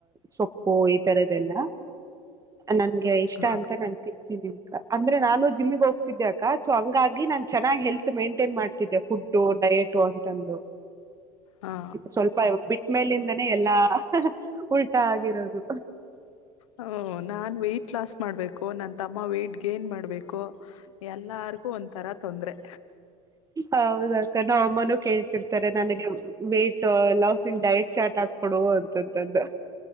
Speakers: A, on the right (about 20°); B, on the left (about 85°).
A: ಸೊಪ್ಪು ಈ ತರದದೆಲ್ಲ ನಂಗೆ ಇಷ್ಟ
B: ಹಾ
A: ಅಂತ ನನ್ ಿ ಅ ಅಂದ್ರೆ ನಾನು ಜಿಮಮ್ಮಗ್ ಹೋಗ್ತಿದ್ದೆ ಅಕ್ಕ ಸೊ ಹಂಗಾಗಿ ನಾನ್ ಚೆನ್ನಾಗಿ್ ಹೆಲ್ತ್ ಮೈಂಟೈನ್ ಮಾಡ್ತಿದ್ದೆ ಫುಡ್ಡು ಡಯೆಟು ಅಂತಂದು
B: ಹಾ
A: ಸ್ವಲ್ಪ ಬಿಟ್ಟ್ಮೇಲಿಂದನೇ ಎಲ್ಲಾ ಉಲ್ಟಾ ಆಗಿರೋದು
B: ಹ ನಾನ್ ವೆಯ್ಟಟ್ ಲಾಸ್ ಮಾಡ್ಬೇಕು ನನ್ ತಮ್ಮ ವೈ್ಟಟ್ ಗೇನ್ ಮಾಡ್ಬೇಕು ಎಲ್ಲಾರಿಗು ಒಂದ ತರ ತೊಂದ್ರರೆ
A: ಹೌದಾಕ್ಕ ನಾ ಅಮ್ಮನೂ ಕೇಳ್ತಿರ್ತಾರೆ ನನಗೆ weight loss in diet chart ಆಗ್ ಕೊೊಡುುವ ಅಂತಂತದ್ದ